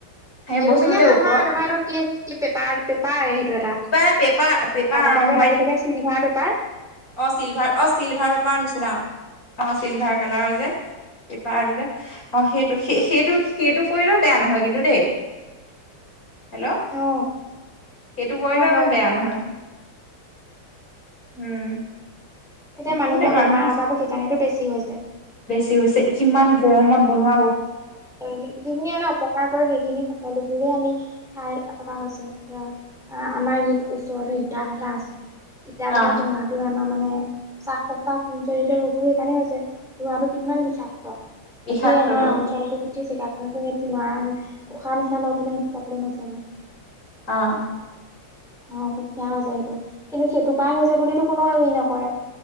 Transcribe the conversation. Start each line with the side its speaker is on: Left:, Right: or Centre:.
Left: সেই
Centre: এলুমিনিয়াম
Left: বস্তু যে
Centre: নহয়,
Left: ওপৰত
Centre: তোমাৰা এইটো কি, কি পেপাৰ। পেপাৰে সেইটো এটা।
Left: কিবা পেপাৰ পেপাৰ
Centre: পকা পকাকে
Left: অ হোৱাইট
Centre: লাগি থাকে চিলভাৰ পেপাৰ।
Left: অ', চিলভাৰ, অ', চিলভাৰ পেপাৰ নিচিনা অ'। চিলভাৰ কালাৰ যে। পেপাৰৰে। অহ, সেইটো, সে-সেইটো, সেইটো কৰিলেও বেয়া নহয় কিন্তু দেই। হেল্ল'
Centre: অ
Left: সেইটো কৰিলেও
Centre: হয়
Left: ইমান
Centre: হয়
Left: বেয়া নহয়। উম।
Centre: এতিয়া মানুহবোৰ
Left: সেইটোৱে মানুহ
Centre: বেমাৰ-আজাৰবোৰ সেইকাৰণেতো বেছি হৈছে।
Left: বেছি হৈছে। ই' কিমান গৰমত বনোৱা ও'।
Centre: এই, যিখিনি মানে অপকাৰ কৰে সেইখিনি সকলোবোৰে আমি খাই থকা হৈছে। এতিয়া - আ', আমাৰ ই' ওচৰতে ইটা ভটা আছে। ইটা
Left: অ
Centre: ভটা ধোঁৱাটোৱে আমাৰ মানে - <unintelligible> জড়িত ৰোগবোৰ সেইকাৰণেও যে ধোঁৱাটো কিমান বিষাক্ত।
Left: বিষাক্তটো
Centre: গটেই আমাৰ অঞ্চলটো, গু- তেই জেগাখনে তোমাৰ উশাহ-নিশাহ লওঁ তেনে সেইটো প্ৰব্লেম হৈছে আমাৰ।
Left: অ'।
Centre: অ', সুকাই আছে সেইটো, কিন্তু সেইটো পাৰ হৈ যাবলৈ কোনোৱও হেৰি নকৰে।